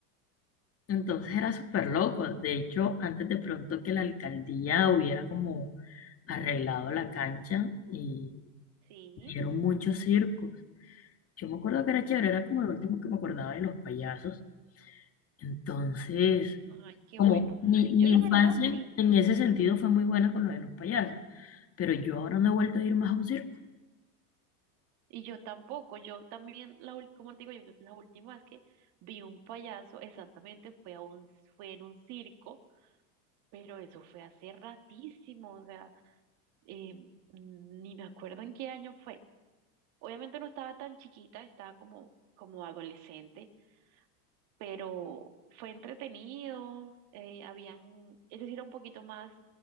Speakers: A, on the left (about 30°); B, on the right (about 55°).
A: Entonces era súper loco. De hecho, antes de pronto que la alcaldía hubiera como arreglado la cancha y
B: sí.
A: dieron muchos circos. Yo me acuerdo que era chévere, era como lo último que me acordaba de los payasos. Entonces,
B: Ay, qué
A: como
B: bueno.
A: mi, mi
B: Yo la
A: infancia
B: verdad sí,
A: en ese sentido fue muy buena con lo de los payasos, pero yo ahora no he vuelto a ir más a un circo.
B: y yo tampoco, yo también, la, ul- como te digo, yo, la última vez que vi un payaso, exactamente, fue, a un, fue en un circo, pero eso fue hace ratísimo, o sea, eh, ni me acuerdo en qué año fue. Obviamente no estaba tan chiquita, estaba como, como adolescente, pero fue entretenido, eh, habían, es decir, era un poquito más,